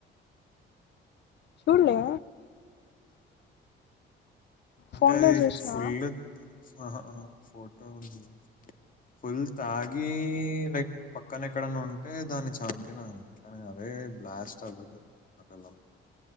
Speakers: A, on the left; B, on the left.
A: చూడలే
B: అంటే
A: ఫోన్లో
B: అది
A: చూసినావా
B: ఫుల్ ఆహా ఫోటో ఉంది ఫుల్ తాగి లైక్ పక్కన ఎక్కడన్నా ఉంటే దాన్ని చంపు కానీ అదే బ్లాస్ట్ అపోద్దు నాకెళ్ళం